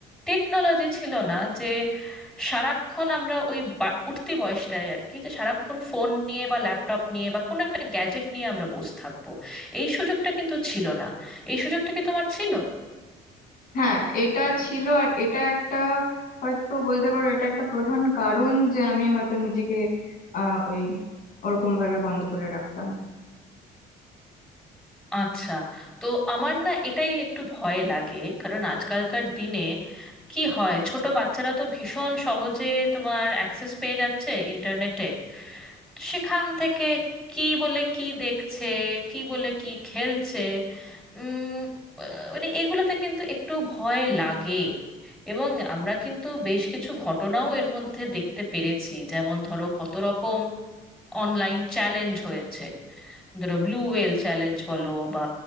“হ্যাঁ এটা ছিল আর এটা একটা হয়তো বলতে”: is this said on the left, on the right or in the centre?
Left